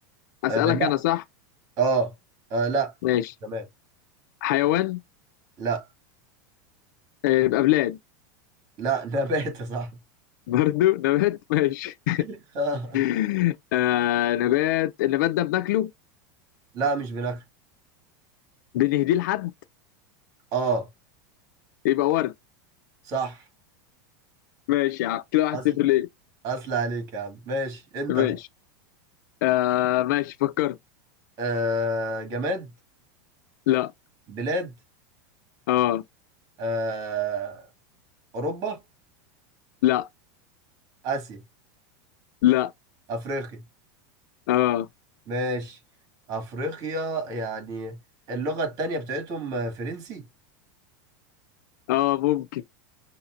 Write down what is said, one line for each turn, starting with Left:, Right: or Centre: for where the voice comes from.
Left: اسألك
Right: آه لا
Left: انا صح
Right: اه, آه لا
Left: ماشي
Right: نبات
Left: حيوان
Right: لا
Left: آه يبقى بلاد
Right: لا <laughs> نبات يا صاحبي
Left: <laughs> برضو نبات ماشي
Right: <laughs>
Left: <laughs> آه نبات النبات ده بناكله
Right: لا مش بناكل
Left: بنهديه لحد
Right: اه
Left: يبقى ورد
Right: صح
Left: ماشي يا عم كده واحد
Right: اصل
Left: صفر ليه
Right: اصل عليك يا عم ماشي انت
Left: ماشي
Right: بقى
Left: آه ماشي فكرت
Right: آه جماد
Left: لا
Right: بلاد
Left: اه
Right: آه اوروبا
Left: لا
Right: اسيا
Left: لا
Right: افريقيا
Left: اه
Right: ماشي افريقيا يعني اللغة التانية بتاعتهم فرنسي
Left: اه ممكن